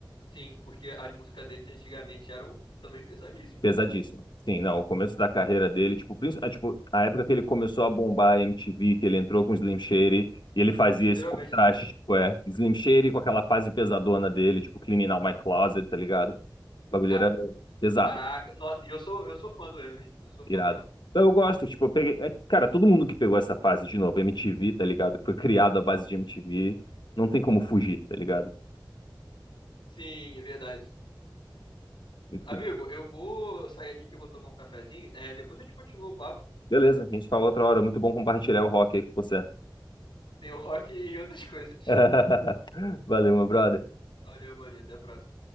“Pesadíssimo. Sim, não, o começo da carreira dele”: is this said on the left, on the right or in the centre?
Left